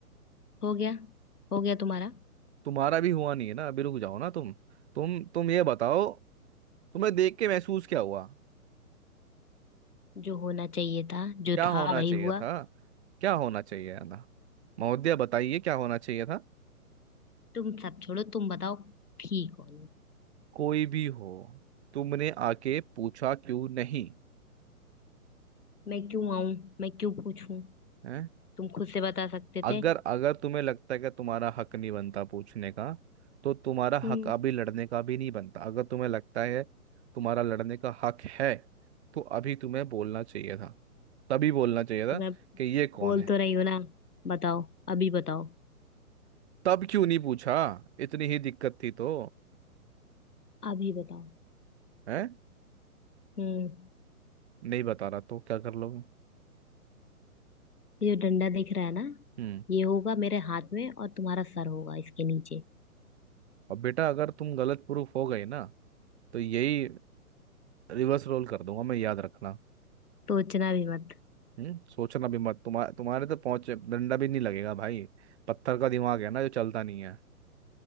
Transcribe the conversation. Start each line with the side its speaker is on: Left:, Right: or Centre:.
Left: हो गया हो गया तुम्हारा
Right: तुम्हारा भी हुआ नहीं है ना अभी रुक जाओ ना तुम तुम तुम ये बताओ तुम्हें देख के महसूस क्या हुआ
Left: जो होना चाहिए था जो
Right: क्या होना
Left: था वही
Right: चाहिए
Left: हुआ
Right: था क्या होना चाहिए था महोदया बताइए क्या होना चाहिए था
Left: तुम सब छोड़ो तुम बताओ ठीक हो
Right: कोई भी हो तुमने आके पूछा क्यों नहीं
Left: मैं क्यों आऊं मैं क्यों पूछूं
Right: है
Left: तुम खुद से बता सकते
Right: अगर
Left: थे
Right: अगर तुम्हें लगता है कि तुम्हारा हक नहीं बनता पूछने का तो तुम्हारा
Left: हम्म
Right: हक अभी लड़ने का भी नहीं बनता अगर तुम्हें लगता है तुम्हारा लड़ने का हक है तो अभी तुम्हें बोलना चाहिए था तभी बोलना चाहिए था
Left: तो मैं
Right: कि ये कौन
Left: बोल
Right: है
Left: तो रही हूँ ना बताओ अभी बताओ
Right: तब क्यों नहीं पूछा इतनी ही दिक्कत थी तो
Left: अभी बताओ
Right: है
Left: हम्म
Right: नहीं बता रहा तो क्या कर लोगे
Left: ये जो डंडा दिख रहा है ना
Right: हम्म।
Left: ये होगा मेरे हाथ में और तुम्हारा सर होगा इसके नीचे
Right: अब बेटा अगर तुम गलत प्रूफ हो गई ना तो यही रिवर्स रोल कर दूंगा मैं याद रखना
Left: सोचना भी मत
Right: हम्म सोचना भी मत तुम्हारे तुम्हारे तो पहुंच डंडा भी नहीं लगेगा भाई पत्थर का दिमाग है ना जो चलता नहीं है